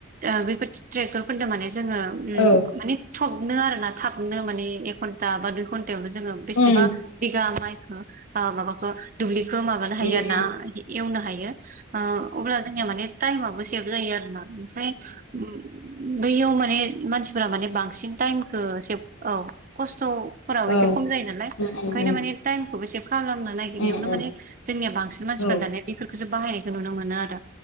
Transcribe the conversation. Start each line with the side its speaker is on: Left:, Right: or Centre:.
Right: ओ बेफोर ट्रेक्टरफोरदों माने जोंङो उम
Left: औ
Right: माने थबनो आर ना थाबनो माने एक घन्टा बा दुइ घन्टायावनो जोंङो बेसेबा
Left: उम
Right: बिघा माइखौ ओ माबाखौ दुब्लिखो माबानो
Left: उम
Right: हायो आरो
Left: उम
Right: ना एवनो हायो। ओ अब्ला जोंनिया माने टाइमाबबो सेभ जायो आरो ना ओमफ्राय उम बैयाव माने मानसिफोरा माने बांसिन टाइमखौ सेब औ खस्थ'फोराबो एसे
Left: औ
Right: खम जायो नालाय
Left: उम उम
Right: ओंखायनो माने टाइमखौबो सेब खालामनो नागिरनायावनो
Left: उम उम
Right: माने
Left: उम
Right: जोंनिया बांसिन मानसिफोर
Left: औ
Right: दानिया बेफोरखौसो बाहायनायखौ नुनो मोनो आरो।